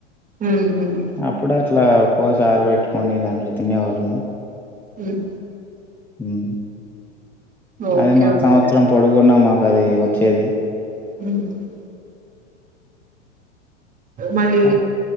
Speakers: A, on the right (about 20°); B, in the centre.
A: ఉమ్ ఉమ్
B: ఆ ఇప్పుడు అట్లా పోసి ఆర బెట్టుకొని దాంట్లో తినేవాళ్ళము
A: ఉమ్
B: ఉహు
A: ఓకే
B: అది మాకు
A: ఓకే
B: సంవత్సరం పొడుగున్న మాకు అది వచ్చేది.
A: <inaudible> మరి
B: ఆ!